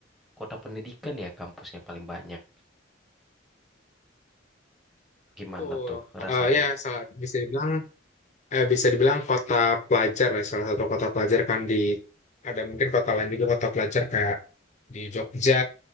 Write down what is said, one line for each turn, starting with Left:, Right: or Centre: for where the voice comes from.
Centre: kota pendidikan ya, kampusnya paling banyak. Gimana
Left: Betul.
Centre: tuh rasanya?
Left: Eh ya, salah- bisa dibilang eh, bisa dibilang kota pelajar lah, salah satu kota pelajar kan di ada mungkin kota lain juga kota pelajar kayak di Jogja,